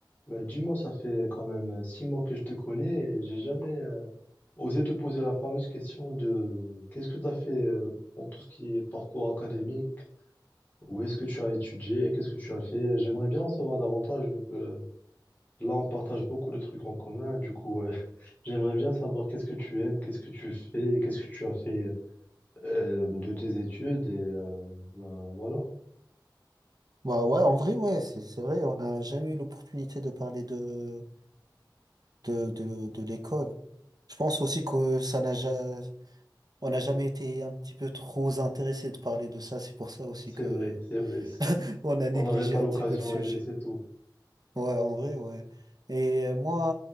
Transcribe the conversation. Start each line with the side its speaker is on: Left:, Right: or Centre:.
Left: Bah, dis-moi, ça fait quand même euh, six mois que je te connais et j'ai jamais euh, osé te poser la fameuse question de qu'est-ce que tu as fait euh, en tout ce qui est parcours académique, où est-ce que tu as étudié, qu'est-ce que tu as fait. J'aimerais bien en savoir davantage vu que là, on partage beaucoup de trucs en commun. Du coup, euh, <laughs> j'aimerais bien savoir qu'est-ce que tu aimes, qu'est-ce que tu fais, qu'est-ce que tu as fait euh, de tes études et euh, bah, voilà.
Right: Bah ouais, en vrai, ouais, c'est c'est vrai, on n'a jamais eu l'opportunité de parler de, de, de, de l'école. Je pense aussi que ça n'a ja- on n'a jamais été un petit peu trop intéressé de parler de ça. C'est pour ça aussi
Left: C'est
Right: que
Left: vrai, c'est vrai.
Right: <laughs>
Left: C'est-
Right: on a négligé
Left: On n'avait pas
Right: un
Left: l'occasion
Right: petit peu le sujet.
Left: et c'est tout.
Right: Ouais, en vrai, ouais. Et euh, moi,